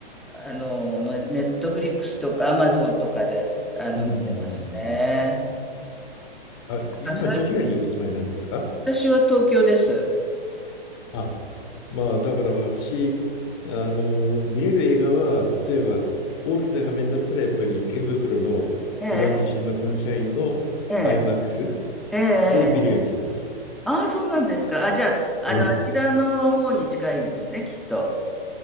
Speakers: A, in the centre; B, on the left.
A: あの、のネットフリックスとかアマゾンとかで、あの、
B: うんうんう
A: 見てますね。
B: んうん。あ、今どちらにお住まいなんですか
A: あ、私は東京です。
B: あ、まあだから私、あの、見れる映画は、例えば大きな画面だったらやっぱり池袋のグランドシネマサンシャインの
A: ええ、ええ、
B: IMAX
A: ええ、
B: で見るようにしてます。
A: ええ。ああ、そうなんですか。あ、じゃあ、
B: うん。
A: あの、あちらの方に近いんですね、きっと。